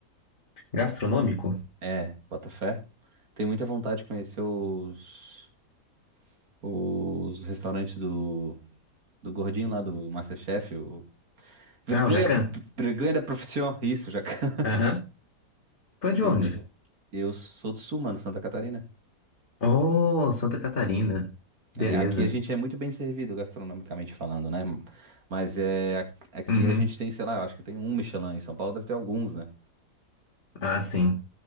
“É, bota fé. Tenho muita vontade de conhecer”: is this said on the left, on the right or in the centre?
Right